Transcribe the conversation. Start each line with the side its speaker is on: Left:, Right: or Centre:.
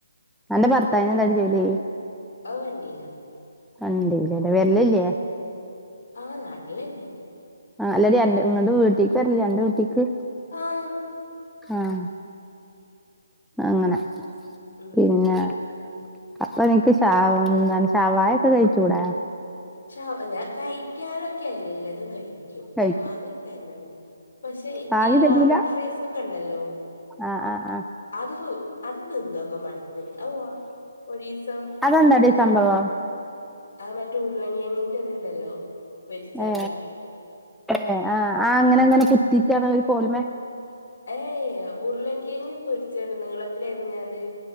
Centre: അന്റെ ഭർത്താവിനെ ന്താടി ജോലി?
Left: അത് വണ്ടീല
Centre: വണ്ടിലല്ലേ വരലില്ലേ
Left: ആഹ് നാട്ടിലന്നെയ.
Centre: ആ അല്ല ടി നിങ്ങളുടെ വീട്ടിക്ക് വരണില്ല അന്റെ വീട്ടിക്ക്
Left: ആ....
Centre: ആഹ് അങ്ങനെ
Left: ഉം
Centre: പിന്നെ. അപ്പൊ നിനിക്ക് ഷാ എന്താണ് ശവായ ഒക്കെ കഴിച്ചൂടാ?
Left: ശവ ഞാൻ കഴിക്കാനൊക്കെ എല്ലതും കഴി ക്കും പക്ഷെ
Centre: കഴി
Left: വാങ്ങിതരണണന്നൊള്ളു പക്ഷെ
Centre: വാങ്ങി
Left: ഈ ലോഡർ
Centre: തരൂല
Left: ഫ്രൈഡ്സ ഒക്കെ ഉണ്ടല്ലോ?
Centre: ആഹ് ആഹ് ആഹ്
Left: അത് അത് തിന്നക്കെ മട്ത്തിന് ഓ ഒരീസം
Centre: അതെന്താടി
Left: ഏ ഞാ
Centre: സംഭവം
Left: ആ മറ്റ ഉരുളങ്ങിയങ്ങിന്റെ ഇതുണ്ടല്ലോ? പൊരിച്ചാണ്ട്
Centre: ഏ ഏ ആ ആ അങ്ങനെ അങ്ങനെ കുത്തിട്ടാണ് ഒരു കോല്മ്മേ
Left: ഏയ് ഉരുളങ്കിയങ്ങ് പൊരിച്ചോണ്ട് നീളത്തില എരിഞ്ഞാണ്ട്